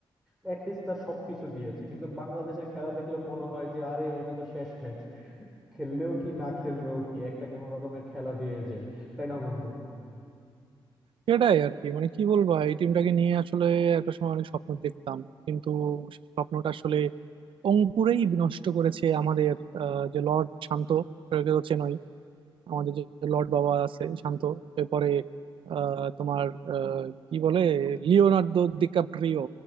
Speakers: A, in the centre; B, on the right (about 75°).
A: অ্যাটলিস্ট তার সবকিছু দিয়েছে কিন্তু বাংলাদেশের খেলা দেখলে মনে হয় যে আরে এটা তো শেষ ম্যাচ খেললেও কি না খেললেও কি একটা কোনো রকমের খেলা দিয়ে যায় তাই না বন্ধু
B: সেটাই আর কি মানে কি বলবো এই টিমটাকে নিয়ে আসলে একটা সময় অনেক স্বপ্ন দেখতাম কিন্তু সে স্বপ্নটা আসলে অঙ্কুরেই বিনষ্ট করেছে আমাদের আহ, যে লর্ড শান্ত একে তো চেনই আমাদের যে লর্ড বাবা আছে শান্ত এরপরে আহ, তোমার আহ, কি বলে লিওনার্দো ডিক্যাপ্রিও